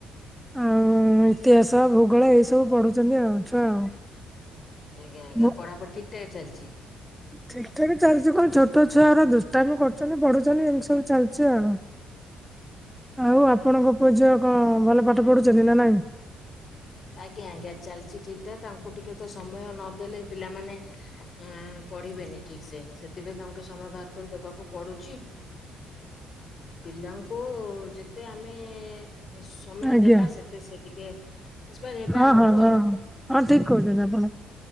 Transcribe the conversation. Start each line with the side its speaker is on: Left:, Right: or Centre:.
Centre: ଆଉ ହଁ ଇତିହାସ ଭୂଗୋଳ ଏଇ ସବୁ ପଢୁଛନ୍ତି ଆଉ ଛୁଆ ଆଉ।
Left: ଆଜ୍ଞା ଆଜ୍ଞା
Centre: ମୁଁ
Left: ପଢାପଢା ଠିକ ଠାକ ଚାଲିଛି?
Centre: ଠିକ ଠାକ ଚାଲିଛି କଣ? ଛୋଟ ଛୁଆରା ଦୁଷ୍ଟାମି କରୁଛନ୍ତି। ପଢୁଛନ୍ତି ଏମିତି ସବୁ ଚାଲିଛି ଆଉ। ଆଉ ଆପଣଙ୍କ ପୁଅ ଝିଅ କଣ ଭଲ ପାଠ ପଢୁଛନ୍ତି ନା ନାଇଁ?
Left: ଆଜ୍ଞା ଆଜ୍ଞା ଚାଲିଛି ଠିକ ଠାକ। ତାଙ୍କୁ ଟିକେ ତ ସମୟ ନଦେଲେ ପିଲାମାନେ ଆ ପଢିବେନି ଠିକ ସେ। ସେଥିପାଇଁ ତାଙ୍କୁଠେ ସମୟ ବାହାର କରି ଦେବାକୁ ପଢୁଛି ପିଲାଙ୍କୁ ଯେତେ ଆମେ ସମୟ
Centre: ଆଜ୍ଞା
Left: ଦେବା ସେତେ ସେ ଟିକେ ନିପ ହେବେ
Centre: ହଁ
Left: ଆମଠୁ
Centre: ହଁ ହଁ
Left: ଆଉ।
Centre: ହଁ ହଁ ଠିକ କରୁଛନ୍ତି ଆପଣ।